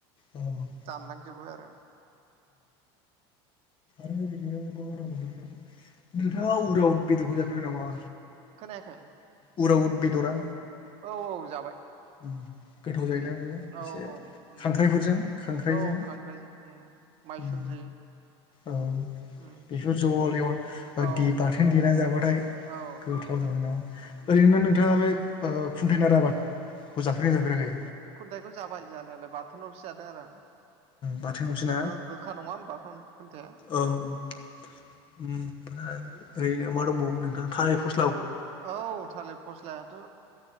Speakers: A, on the left; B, on the right.
A: औ उम
B: दानलांजोबो आरो
A: आरो ओरैनो नोंथाङा उराव बेदरखौ जाफैबाय नामा
B: खोनायाखै
A: उराव उद बेदरा
B: औ औ जाबाय
A: उम गोथाव जायोना
B: बे
A: बेयो एसे
B: औ औ औ
A: खांख्राइफोरजों खांख्राइजों
B: उम खांख्राइजों माइसुन्द्रि
A: उम औ
B: उम
A: बेफोर जल एव
B: औ
A: बाथोन देनानै जाबाथाय
B: औ
A: गोथाव जाबाय नामा
B: उम
A: ओरैनो नोंथाङा बे ओ खुन्थाय नाराखौ जाफेरबायना जाफेराखै
B: खुन्थाइखौ जाबाय जानायालाय बाथोनावसो जादों आरो आं
A: बाथोनावसो ना
B: गो-गोखा नङा होमबा खुनथाय
A: औ ओमफ्राय ओरैनो मा दंबावो नोंथां थालेर फस्ला
B: औ थालिर फस्लायाथ